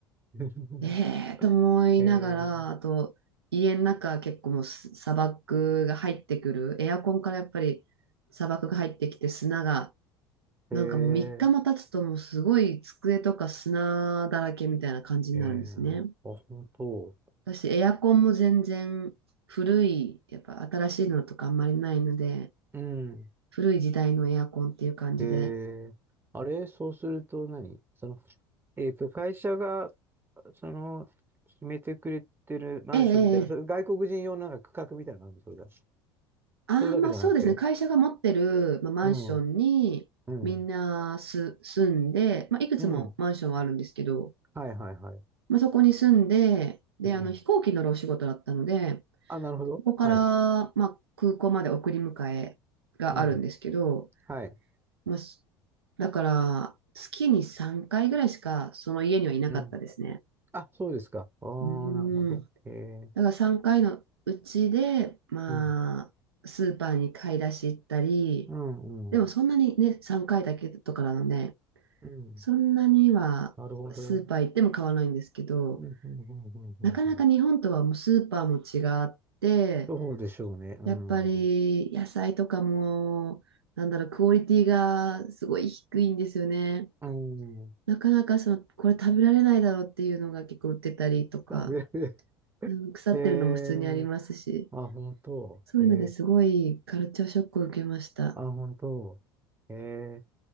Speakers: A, on the right; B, on the right.
A: <laughs>
B: ええーと思いながら、
A: へえ
B: あと家の中結構もうす砂漠が入ってくる、エアコンからやっぱり砂漠が入ってきて砂がなんかもう3日も経つともうすごい机とか砂だらけみたいな感じになるんですね。
A: へえへえあ、本当。
B: 私エアコンも全然古い、やっぱ新しいのとかあんまりないので、
A: うん。
B: 古い時代のエアコンっていう感じで、
A: へえあれ、そうすると何その、えっと、会社が、その、決めてくれてるマンションみたいな、
B: ええええええ
A: それ外国人用のなんか区画みたいなのがあるのそれが。そ
B: ああまあそうですね、
A: ういうわけじゃなくて。
B: 会社が持ってる、まあ、マンションにみんなす住んで、
A: うん、うん、
B: まあ、いくつもマンションはあるんですけど、
A: うん。はいはいはい。
B: まあ、そこに住んで、で、
A: うん。
B: あの飛行機乗るお仕事だったので、
A: あ、なるほど。
B: ここから、
A: はい。
B: まあ、空港まで送り迎えがあるんですけど、
A: うん。はい。
B: まあ、すだから、月に3回ぐらいしかその家にはいなかったですね。
A: うん。あ、そうですか。ああ、
B: う
A: なるほど。
B: ん。だ
A: ええ
B: から3回のうちで、まあ、
A: うん、
B: スーパーに買い出し行ったり、
A: うん、
B: でもそんなにね、
A: うん。
B: 3回だけとかなので、
A: うん。
B: そんなにはスーパー行っても買わないんですけど、
A: なるほど。うん、うん、うん、うん、うんうん
B: なかなか日本とはもうスーパーも違って、
A: そうでしょうね。うん。
B: やっぱり野菜とかも、なんだろう、クオリティがすごい低いんですよね。
A: うん。
B: なかなかその、これ食べられないだろうっていうのが結構売ってたりとか、
A: 食べる。
B: うん、腐ってるのも普通にありますし、
A: <laughs> へえあ、本当。
B: そういうのですごいカルチャーショックを受けました。
A: へえあ、本当。へえ